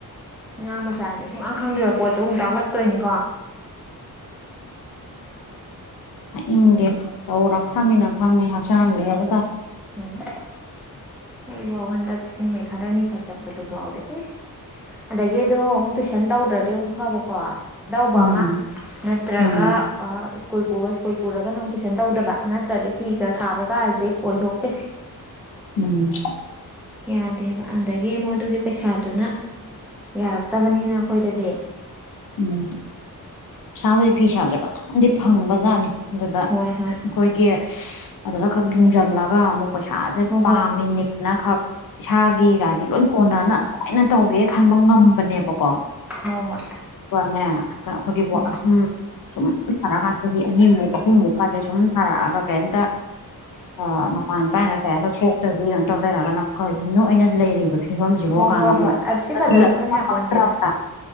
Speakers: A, in the centre; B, on the left.
A: ꯉꯥꯡ ꯃꯆꯥꯁꯦ ꯁꯨꯡꯍꯥꯡ ꯈꯪꯗ꯭ꯔ ꯄꯣꯠꯇꯨ ꯑꯃꯨꯛ ꯇꯥꯛꯂꯛꯇꯣꯏꯅꯤ
B: ꯑ ꯏꯪꯗꯦ ꯇꯧꯔꯛꯈ꯭ꯔꯃꯤꯅ ꯈꯪꯉꯦ ꯍꯛꯆꯥꯡꯗꯕ ꯇ
A: ꯎꯝ ꯑꯩꯕ ꯍ ꯇꯛ ꯅꯨꯃꯤꯠ ꯈꯔꯅꯤꯈꯛ ꯆꯠꯄꯗꯨꯐꯥꯎꯗ ꯏꯁ ꯑꯗꯒꯤ ꯑꯗꯣ ꯑꯃꯨꯛ ꯇꯨꯏꯁꯟ ꯇꯧꯗ꯭ꯔꯗꯤ ꯑꯃꯨꯛ ꯐꯕꯀꯣ ꯑꯗꯧꯕ
B: ꯎꯝ
A: ꯑꯃ ꯅꯠꯇ꯭ꯔꯒ
B: ꯎꯝ
A: ꯁ꯭ꯀꯨꯜ ꯄꯨ ꯁ꯭ꯀꯨꯜ ꯄꯨꯔꯒ ꯅꯪ ꯇꯨꯏꯁꯟ ꯇꯧꯗꯕ ꯅꯠꯇ꯭ꯔꯗꯤ ꯐꯤꯒ ꯁꯥꯕ ꯀꯥꯔꯗꯤ ꯑꯣꯏꯊꯣꯛꯇꯦ
B: ꯎꯝ
A: ꯌꯥꯗꯦꯕ ꯑꯗꯒꯤ ꯑꯃꯨꯛ ꯑꯗꯨꯒꯤ ꯄꯩꯁꯥꯗꯨꯅ ꯌꯥꯔꯛꯇꯕꯅꯤꯅ ꯑꯩꯈꯣꯏꯗꯗꯤ
B: ꯎꯝ ꯁꯥꯕꯁ ꯐꯤ ꯁꯥꯕꯁꯦ ꯐꯖꯅꯗꯤ ꯐꯪꯕ ꯖꯥꯠꯅꯤ ꯑꯗꯨꯗ ꯑꯩꯈꯣꯏꯒꯤ
A: ꯍꯣꯏ ꯍꯣꯏ
B: ꯑꯗꯨꯗ ꯈꯛ ꯌꯨꯡꯁꯤꯜꯂꯒ ꯑꯃꯨꯛ ꯄꯩꯁꯥꯁꯦ
A: ꯍꯣꯏ ꯍꯣꯏ
B: ꯄꯥꯝꯃꯤꯅꯦꯅ ꯈꯛ ꯏꯁꯥꯒꯤꯒꯗꯤ ꯂꯣꯏ ꯀꯣꯟꯅꯅ ꯂꯣꯏꯅ ꯇꯧꯒꯦ ꯈꯟꯕ ꯉꯝꯕꯅꯦꯕꯀꯣ
A: ꯍꯣꯏ ꯍꯣꯏ
B: ꯅꯦ ꯑꯩꯈꯣꯏꯒꯤ
A: ꯎꯝ
B: ꯑꯁꯨꯝ ꯁꯨꯝ ꯊꯔꯛꯀꯥꯟꯗ ꯆꯍꯤ ꯑꯅꯤꯃꯨꯛ ꯑꯍꯨꯝꯃꯨꯛꯀꯥꯁꯦ ꯁꯨꯝ ꯊꯔꯛꯑꯒ ꯀꯩꯝꯇ ꯑ ꯃꯄꯥꯟꯄꯥꯥꯏꯅ ꯀꯩꯒ ꯊꯣꯛꯇ꯭ꯔꯗꯤ ꯀꯝ ꯇꯧ ꯂꯩꯔꯛꯑꯒꯅ ꯀꯔꯤꯅꯣ ꯑꯣꯏꯅ ꯂꯩꯔꯤꯕ ꯐꯤꯕꯝꯁꯤꯐꯥꯎ
A: ꯍꯣꯏ
B: ꯀꯥꯟꯗ
A: ꯍꯣꯏ
B: ꯑꯃꯨꯛ
A: ꯍꯣꯏ ꯑꯁꯤ ꯈꯛꯇꯁꯨ
B: ꯑꯗꯨ꯭ꯔꯕ
A: ꯈꯟ ꯌꯥꯄꯣꯟꯇꯦꯗ